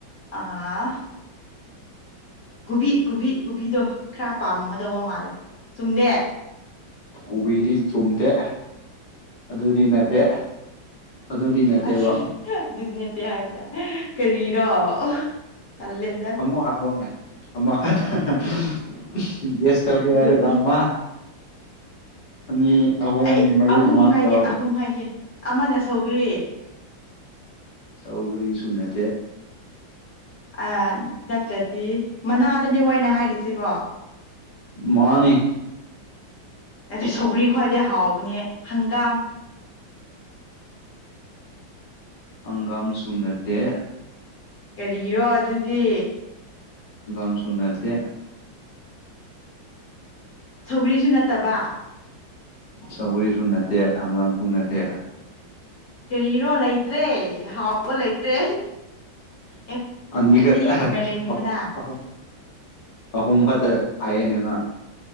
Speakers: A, on the left; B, on the left.
A: ꯑꯥ ꯨꯀꯨꯕꯤ ꯀꯨꯕꯤ ꯀꯨꯕꯤꯗꯣ ꯈꯔ ꯄꯥꯝꯒꯗꯧꯕ ꯃꯥꯜꯂꯦ ꯆꯨꯝꯗꯦ
B: ꯀꯣꯕꯤꯗꯤ ꯆꯨꯝꯗꯦ ꯑꯗꯨꯗꯤ ꯅꯠꯇꯦ ꯑꯗꯨꯗꯤ ꯅꯠꯇꯦꯕ
A: ꯑꯁ ꯑꯗꯨꯗꯤ ꯅꯠꯇꯦ ꯍꯥꯏꯕꯗꯥꯏ ꯀꯔꯤꯔꯣ ꯇꯜꯂꯦꯗ
B: ꯑꯃꯨꯛ ꯍꯥꯏꯔꯛꯑꯣꯅꯦ ꯑꯃꯈꯛꯇ ꯎꯝꯁ ꯒꯦꯁ ꯇꯧꯒꯦ ꯍꯥꯏꯔꯒ
A: ꯒꯣꯕꯤ
B: ꯑꯃ ꯑꯅꯤ ꯑꯍꯨꯝ
A: ꯑꯩ
B: ꯃꯔꯤꯒꯨꯝꯕ
A: ꯑꯍꯨꯝ
B: ꯍꯥꯏꯔꯛꯑꯣ
A: ꯍꯥꯏꯒꯦ ꯑꯍꯨꯝ ꯍꯥꯏꯒꯦ ꯑꯃꯅ ꯁꯧꯈ꯭ꯔꯤ
B: ꯁꯧꯒꯔꯤ ꯁꯨꯅꯠꯇꯦ
A: ꯑꯌꯥ ꯅꯠꯇ꯭ꯔꯗꯤ ꯃꯅꯥꯗꯅꯦ ꯑꯩꯅ ꯍꯥꯏꯔꯤꯁꯤ ꯀꯣ
B: ꯃꯥꯅꯦ
A: ꯑꯗꯩ ꯁꯧꯒ꯭ꯔꯤ ꯈ꯭ꯋꯥꯏꯗꯩ ꯍꯥꯎꯕꯅꯦ ꯍꯪꯒꯥꯝ
B: ꯍꯪꯒꯥꯝ ꯁꯨ ꯅꯠꯇꯦ
A: ꯀꯔꯤꯔꯣ ꯑꯗꯨꯗꯤ
B: ꯍꯪꯒꯝꯁꯨ ꯅꯠꯇꯦ
A: ꯁꯧꯒ꯭ꯔꯤꯁꯨ ꯅꯠꯇꯕ
B: ꯁꯧꯒ꯭ꯔꯤꯁꯨ ꯅꯠꯇꯦ ꯍꯪꯒꯥꯥꯝꯁꯨ ꯅꯠꯇꯦ
A: ꯀꯔꯤꯔꯣ ꯂꯩꯇ꯭ꯔꯦ ꯍꯥꯎꯕ ꯂꯩꯇ꯭ꯔꯦ ꯑꯦ
B: ꯑꯅꯤꯈꯛꯇ
A: ꯑꯗꯨꯗꯤ ꯃꯥꯏꯔꯦꯟꯒꯤ
B: ꯑꯍꯨꯝ
A: ꯃꯅꯥ
B: ꯑꯍꯨꯝ ꯑꯍꯨꯝꯈꯛꯇ ꯍꯥꯏꯌꯦꯅꯦ ꯅꯪꯅ